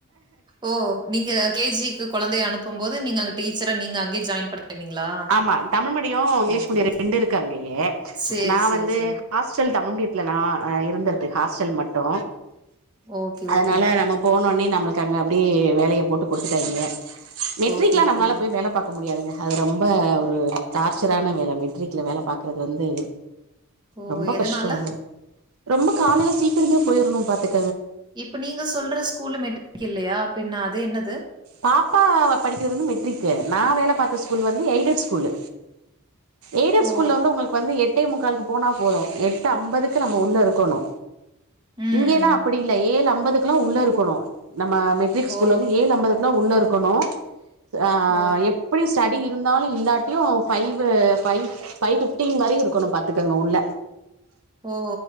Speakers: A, on the right; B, on the right.
A: ஓ நீங்க கேஜிக்கு கொழந்தைய அனுப்பும்போது நீங்க அங்க டீச்சரா நீங்க அங்கேயே ஜாயின் பண்ணிருந்தீங்களா
B: ஆமா Tamil medium English
A: okay
B: medium
A: okay
B: ரெண்டு இருக்கு அங்கயே
A: சேரி
B: நா
A: சேரி
B: வந்து
A: சேரி
B: ஹாஸ்டல் தமிழ் மீடியத்துல நா இருந்திருது ஹாஸ்டல் மட்டு
A: ஓகே
B: அதனால
A: ஓகே
B: நம்ம போனோனே நம்மளுக்கு அங்க அப்படி வேலைய போட்டு கொடுத்துட்டாங்க
A: ஓகே
B: ட்ரீக்லா நம்மலால
A: ஓகே
B: வேல பாக்க முடியாதுங்க அது ரொம்ப ஒரு டார்ச்சரான வேல மெட்ரிக்ல வேல பாக்குறது வந்து
A: ஓ
B: ரொம்ப
A: எதனால
B: கஷ்ட அது ரொம்ப காலையில சீக்கிரமே போயிரணு பாத்துக்
A: இப்ப நீங்க சொல்ற ஸ்கூலு மெட்ரிக்கு இல்லையா அப்டின்னா அது என்னது
B: பாப்பா படிக்கிறது வந்து மெட்ரிக்கு நா வேல பாத்த ஸ்கூல் வந்து எய்டட் ஸ்கூலு எய்ட ஸ்கூல
A: ஓ
B: வந்து உங்களுக்கு வந்து எட் ட்டே முக்காலுக்கு போனா போது எட்டு ஐம்பதுக்கு நம்ம உள்ள இருக்கணு
A: ம்
B: இங்கல்லா அப்படி இல்ல ஏழு அம்பதுக்குல்லா உள்ள இருக்கணு நம்ம மெட்ரிக்
A: ஓ
B: ஸ்கூல வந்து ஏழு ஐம்பதுல உள்ள இருக்கணு ஆ
A: ஓ
B: எப்படி ஸ்டடி இருந்தாலு இல்லாட்டியு ஃபைவ் ஃபைவ் ஃபைவ் ஃபிப்டின் வரையும் இருக்கணு பாத்துக்கங்க உள்ள
A: ஓ